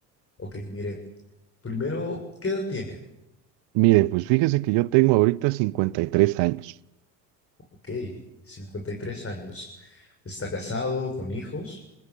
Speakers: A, on the left; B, on the right.
A: Ok, mire, primero, ¿qué edad tiene?
B: mire, pues fíjese que yo tengo ahorita 53 años.
A: Ok, 53 años. ¿Está casado con hijos?